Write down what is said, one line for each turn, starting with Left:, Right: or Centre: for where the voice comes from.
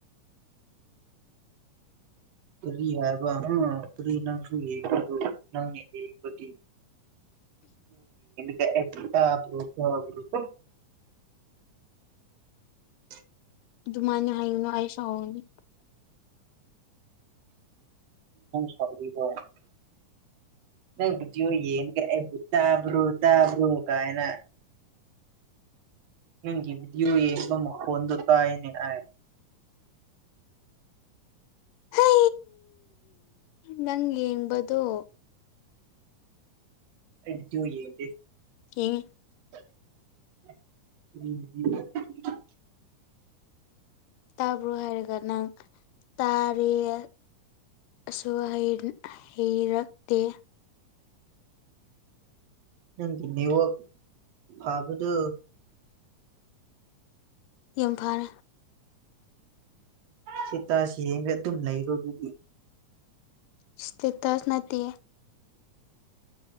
Right: ꯀꯔꯤ ꯍꯥꯏꯕ ꯎꯝ ꯀꯔꯤ ꯅꯪꯁꯨ ꯌꯦꯡꯕꯗꯣ ꯅꯪꯅꯦ ꯌꯦꯡꯕꯗꯤ ꯀ ꯑꯦꯛꯁꯇ꯭ꯔꯥ <unintelligible> <inaudible>
Left: ꯑꯗꯨꯃꯅ ꯍꯥꯏꯅ ꯑꯁ ꯍꯅꯤ
Right: ꯁꯔꯕꯤꯕ ꯅꯪ ꯕꯨꯗꯤ ꯌꯦꯅꯤ ꯀꯕꯨ ꯇꯥꯕ꯭ꯔꯣ ꯇꯥꯕ꯭ꯔꯣ ꯀꯥꯏꯅ ꯒꯤꯌꯑꯣ ꯌꯦꯗ ꯐꯗ ꯇꯥꯏꯅꯦ ꯍꯥꯏ
Left: <inaudible> ꯍ ꯅꯪ ꯌꯦꯡꯕꯗꯣ
Right: ꯑꯩ ꯕꯤꯗꯤꯑꯣ ꯌꯦꯡꯗꯦ
Left: ꯏꯪ
Right: ꯎꯝ
Left: ꯇꯥꯕ꯭ꯔꯣ ꯍꯥꯏꯔꯒ ꯅꯪ ꯇꯥꯔꯦꯁꯨ ꯍꯩꯔꯛꯇꯦ
Right: ꯅꯪꯒꯤ ꯅꯋ ꯐꯥꯕꯗꯨ
Left: ꯏꯝꯐꯥꯜ
Right: ꯁꯤ ꯇꯁꯤ ꯌꯦꯡꯒꯦ ꯑꯗꯨꯝ ꯂꯩꯔꯨꯕꯗꯤ
Left: ꯏꯁꯇꯦꯇꯁ ꯅꯠꯇꯦ